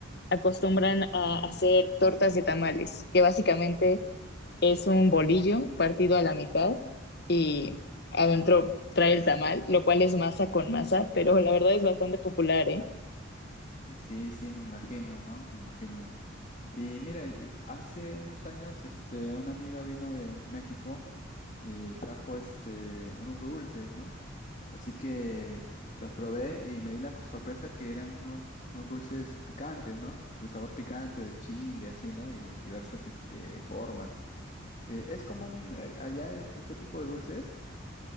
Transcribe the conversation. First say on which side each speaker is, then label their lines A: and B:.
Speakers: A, on the left; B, on the left.
A: acostumbran a hacer tortas de tamales, que básicamente es un bolillo partido a la mitad y adentro trae el tamal, lo cual es masa con masa, pero la verdad es bastante popular, ¿eh?
B: Sí, sí, me imagino, ¿no? Me imagino. Y mira, yo- hace unos años este, una amiga vino de México y trajo este, unos dulces, ¿no? Así que los probé y me di la co- sorpresa que eran unos, unos dulces picantes, ¿no? De sabor picante, de chile, así, ¿no? Y diversas este, formas. Eh, ¿es común eh, allá es- este tipo de dulces?